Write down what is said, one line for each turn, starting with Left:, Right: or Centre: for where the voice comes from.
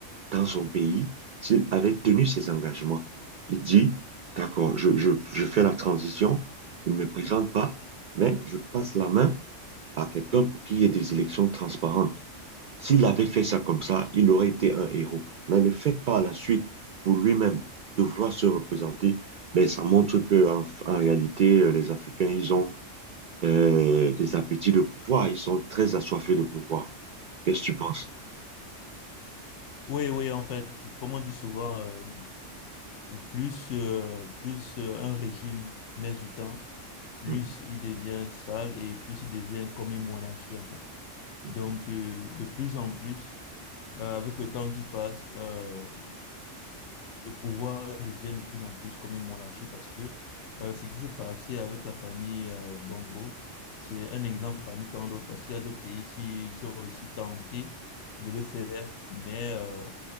Right: dans son pays s'il avait tenu ses engagements. Il dit, d'accord, je, je, je fais la transition, je ne me présente pas, mais je passe la main à quelqu'un pour qu'il y ait des élections transparentes. S'il avait fait ça comme ça, il aurait été un héros. Mais le fait par la suite, pour lui-même, de vouloir se représenter, ben, ça montre que en, en réalité, euh, les Africains, ils ont euh, des appétits de pouvoir. Ils sont très assoiffés de pouvoir. Qu'est-ce que tu penses?
Left: Oui, oui, en fait, comme on dit souvent, euh, plus, euh, plus euh, un régime met du temps, plus
Right: Mhm,
Left: il devient sale et plus il devient comme une monarchie, en fait.
Right: mhm,
Left: Donc, euh, de plus en plus, euh, avec le temps qui passe, euh, le pouvoir devient de plus en plus comme une monarchie parce que euh, ce qui s'est passé avec la famille euh, Bongo, c'est un exemple parmi tant d'autres parce qu'il y a d'autres pays qui, qui ont aussi tenté de le faire, mais... euh,